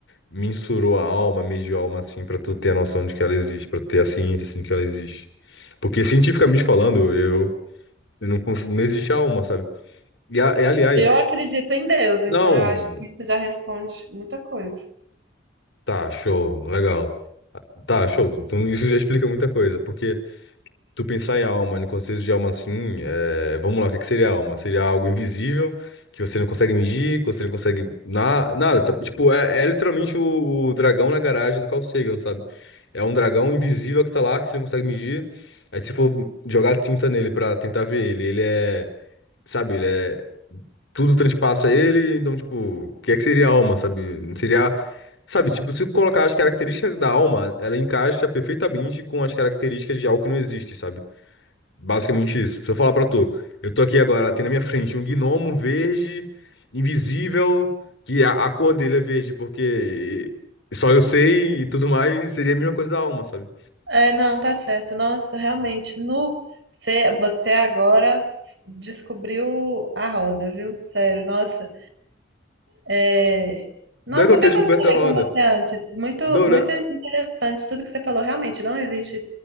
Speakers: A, on the left; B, on the right.
A: mensurou a alma, mediu a alma, assim, pra tu ter a noção de que ela existe, pra tu ter a ciência, assim, que ela existe? Porque, cientificamente falando, eu, eu não, conf- não existe a alma, sabe? E, a- e, aliás,
B: Eu acredito em Deus, então
A: não,
B: eu acho que isso já responde muita coisa.
A: tá, show, legal. Tá, show. Então, isso já explica muita coisa, porque tu pensar em alma, no conceito de alma assim, é, vamos lá, o que é que seria alma? Seria algo invisível que você não consegue medir, que você não consegue na, nada, sabe? Tipo, é, é literalmente o, o dragão na garagem do Carl Sagan, sabe? É um dragão invisível que tá lá, que você não consegue medir. Aí se for jogar tinta nele pra tentar ver ele, ele é, sabe, ele é tudo transpassa ele, então, tipo, o que é que seria a alma, sabe? Seria, sabe, tipo, se colocar as características da alma, ela encaixa perfeitamente com as características de algo que não existe, sabe? Basicamente isso. Se eu falar pra tu, eu tô aqui agora, tem na minha frente um gnomo verde, invisível, que a, a cor dele é verde, porque só eu sei e tudo mais, seria a mesma coisa da alma, sabe?
B: É, não, tá certo. Nossa, realmente, nu, você, você agora descobriu a roda, viu? Sério, nossa. É... Não,
A: Não é que
B: por
A: eu tenha
B: que que
A: descoberto
B: eu não falei
A: a roda.
B: com você antes? Muito,
A: Não,
B: muito
A: né?
B: interessante tudo que você falou. Realmente, não existe.